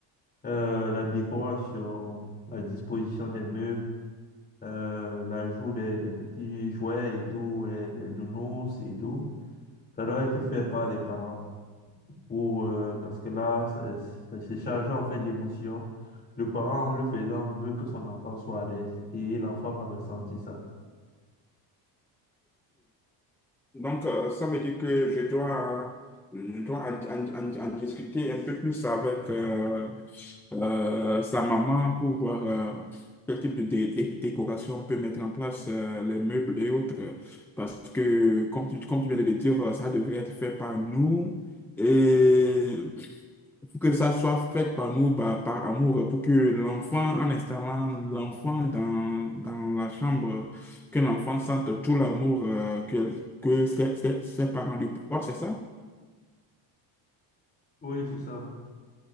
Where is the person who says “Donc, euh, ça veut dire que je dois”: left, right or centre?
Centre